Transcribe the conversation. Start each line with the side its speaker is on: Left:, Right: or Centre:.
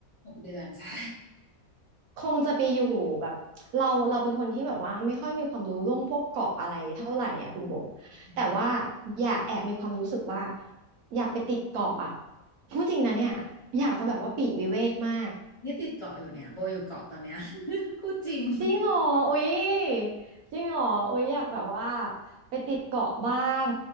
Left: หกเดือนใช่
Right: คงจะไปอยู่แบบเราเราเป็นคนที่แบบว่าไม่ค่อยมีความรู้เรื่องพวกเกาะอะไรเท่าไหร่อ่ะคุณโบ
Left: อืม
Right: แต่ว่าอยากแอบมีความรู้สึกว่าอยากไปติดเกาะอ่ะพูดจริงนะเนี่ยอยากจะแบบว่าปลีกวิเวกมาก
Left: นี่ติดเกาะอยู่เนี่ยโบอยู่เกาะตอนเนี้ย <laughs> พูดจริง
Right: จริงเหรออุ๊ยจริงเหรออุ๊ยอยากแบบว่าไปติดเกาะบ้าง